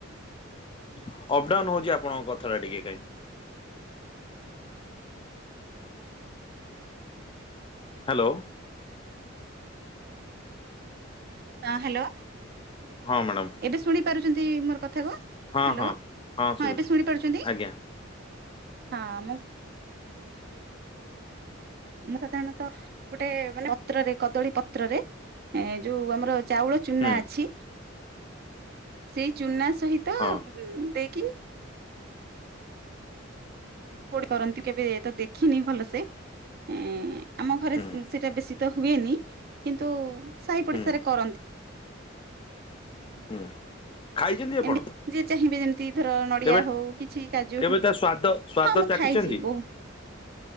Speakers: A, on the left; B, on the right.
A: ଅପ ଡାଉନ ହଉଛି ଆପଣଙ୍କ କଥା ଟା ଟିକେ କାଇଁ। ହ୍ୟାଲୋ।
B: ହଁ ହ୍ୟାଲୋ
A: ହଁ ମ୍ୟାଡ଼ାମ
B: ଏବେ ଶୁଣି ପାରୁଛନ୍ତି ମୋର କଥା କୁ। ହ୍ୟାଲୋ
A: ହଁ ହଁ
B: ହଁ
A: ଶୁଭୁଛି
B: ଏବେ ଶୁଣି ପାରୁଛନ୍ତି
A: ଆଜ୍ଞା
B: ହଁ ମୁଁ ମୁଁ ସାଧାରଣତଃ ଗୋଟେ ମାନେ ପତ୍ରରେ କଦଳୀ ପତ୍ରରେ ଏ ଯୋଉ ଆମର ଚାଉଳ ଚୁନା
A: ହୁଁ
B: ଅଛି ସେଇ ଚୁନା ସହିତ
A: ହଁ
B: ହୁଁ ଦେଇକି କଉଠି କରନ୍ତି କେବେ ତ ଦେଖିନି ଭଲସେ ଉଁ ଆମ ଘରେ
A: ହୁଁ
B: ସେଇଟା ବେଶୀ ତ ହୁଏନି କିନ୍ତୁ ସାହି ପଡିଶାରେ
A: ହୁଁ
B: କରନ୍ତି।
A: ହୁଁ ଖାଇଛନ୍ତି ଆପଣ?
B: ଏମତି ଯିଏ ଚାହିଁବେ ଯେମିତି ଧର ନଡିଆ
A: କେବେ
B: ହଉ କିଛି କାଜୁ
A: କେବେ
B: ହଉ
A: ତା ସ୍ଵାଦ ସ୍ଵାଦ
B: ହଁ ମୁଁ
A: ଚାଖିଛନ୍ତି
B: ଖାଇଛି ବହୁ